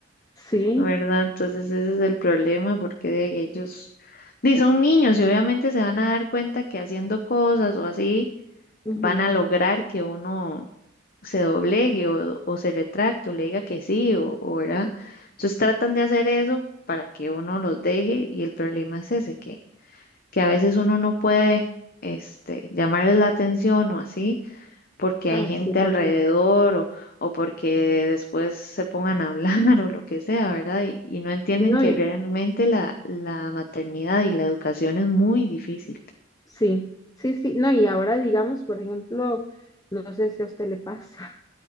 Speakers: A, on the left; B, on the left.
A: Sí,
B: ¿verdad? Entonces ese es el problema porque de ellos di, son niños y obviamente se van a dar cuenta que haciendo cosas o así
A: ujú.
B: van a lograr que uno se doblegue o, o se retracte o le diga que sí o, o ¿verdad? Entonces tratan de hacer eso para que uno los deje y el problema es ese que que a veces uno no puede este, llamarles la atención o así, porque
A: Ah,
B: hay gente
A: sí, porque
B: alrededor o, o porque después se pongan a hablar <laughs> o lo que sea, ¿verdad? Y, y no entienden
A: no,
B: que
A: y
B: realmente la, la maternidad y la educación es muy difícil.
A: sí, sí, sí, no, y ahora digamos, por ejemplo, no sé si a usted le pasa,